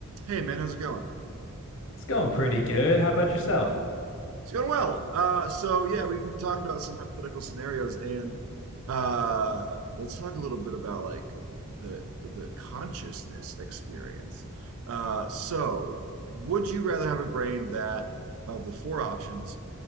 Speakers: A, on the right; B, on the left.
A: Hey man, how's it going?
B: It's going pretty good. How about yourself?
A: It's going well. Uh, so yeah, we've been talking about some hypothetical scenarios, and uh, let's talk a little bit about like the the consciousness experience. Uh, so, would you rather have a brain that of the four options,